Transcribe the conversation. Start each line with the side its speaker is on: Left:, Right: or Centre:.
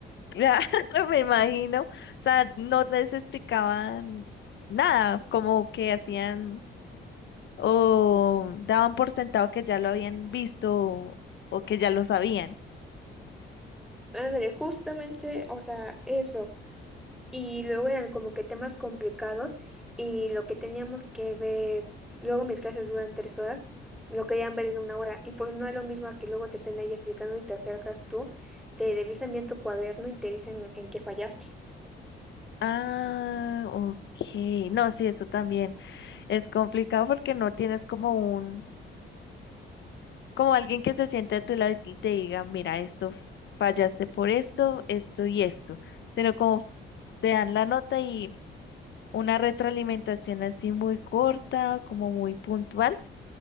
Left: Claro, <laughs> me imagino. O sea, no les explicaban nada, como que hacían o daban por sentado que ya lo habían visto o, o que ya lo sabían.
Centre: Ándale, justamente, o sea, eso. Y luego eran como que temas complicados y lo que teníamos que ver, luego mis clases duran tres horas, lo querían ver en una hora y pues no es lo mismo a que luego te estén ahí explicando y te acercas tú, te revisan bien tu cuaderno y te dicen en qué fallaste.
Left: Ah, ok. No, sí, eso también es complicado porque no tienes como un, como alguien que se siente a tu lado y te diga, mira, esto fallaste por esto, esto y esto, sino como te dan la nota y una retroalimentación así muy corta, como muy puntual